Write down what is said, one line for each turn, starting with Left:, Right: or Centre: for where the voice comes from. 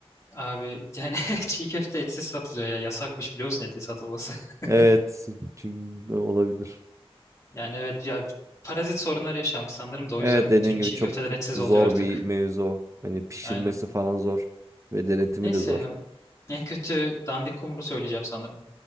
Left: Abi yani <laughs> çiğ köfte etsiz satılıyor ya. Yasakmış biliyor musun etli satılması? <laughs>
Right: Evet çünkü olabilir.
Left: Yani evet ya parazit sorunları yaşanmış sanırım da o
Right: Evet
Left: yüzden
Right: dediğin
Left: bütün çiğ
Right: gibi çok
Left: köfteler etsiz
Right: zor
Left: oluyor artık.
Right: bir mevzu. Hani pişirmesi
Left: Aynen.
Right: falan zor ve denetimi
Left: Neyse
Right: de zor.
Left: ya. En kötü dandik kumru söyleyeceğim sanırım.